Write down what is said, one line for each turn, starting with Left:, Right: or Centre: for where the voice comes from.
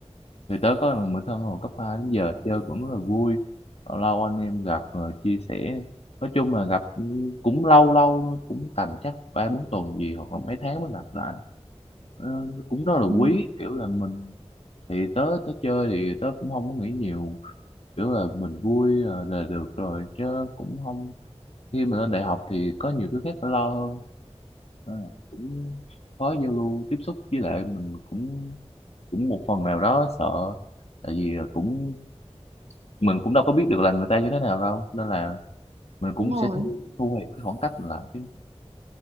Left: thì tớ có thằng bạn thân hồi cấp 2 đến giờ chơi vẫn rất là vui lâu lâu anh em gặp rồi chia sẻ nói chung là gặp cũng lâu lâu thôi cũng tầm chắc ba bốn tuần gì hoặc là mấy tháng mới gặp lại Ờ, nó cũng rất là quý
Right: Ừ.
Left: kiểu là mình thì tớ tớ chơi thì tớ cũng không có nghĩ nhiều kiểu là mình vui là, là được rồi chứ cũng không khi mình lên đại học thì có nhiều thứ khác phải lo hơn Nên là cũng khó giao lưu tiếp xúc với lại mình cũng cũng một phần nào đó sợ tại vì là cũng mình cũng đâu có biết được là người ta như thế nào đâu nên là mình cũng
Right: Đúng rồi,
Left: sẽ thu thu hẹp cái khoảng cách mình lại chứ